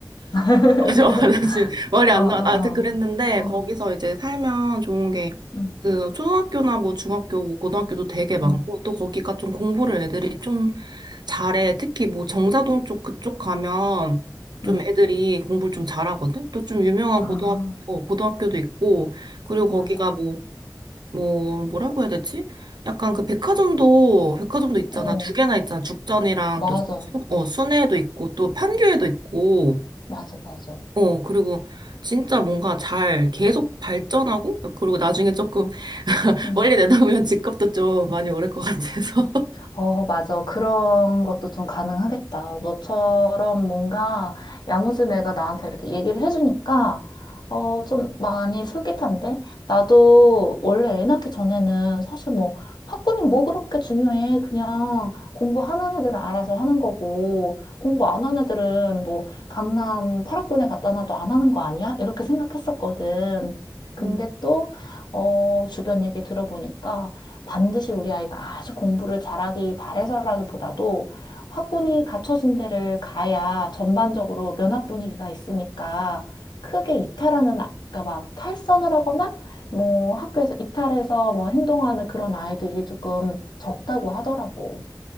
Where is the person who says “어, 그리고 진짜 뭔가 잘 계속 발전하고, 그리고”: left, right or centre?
Right